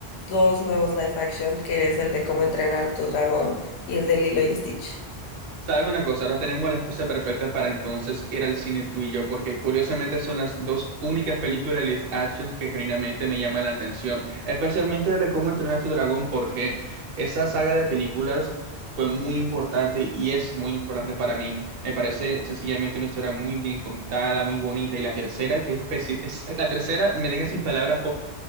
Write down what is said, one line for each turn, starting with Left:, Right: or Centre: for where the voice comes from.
Left: dos nuevos live action, que es el de Cómo entrenar a tu dragón y el de Lilo y Stitch.
Right: Sabes una cosa, ahora tenemos la excusa perfecta para entonces ir al cine tú y yo, porque curiosamente son las dos únicas películas de live action que genuinamente me llaman la atención, especialmente la de Cómo entrenar a tu dragón, porque esa saga de películas fue muy importante y y es muy importante para mí. Me parece sencillamente una historia muy bien contada, muy bonita, y la tercera que es, especi- es- la tercera me deja sin palabras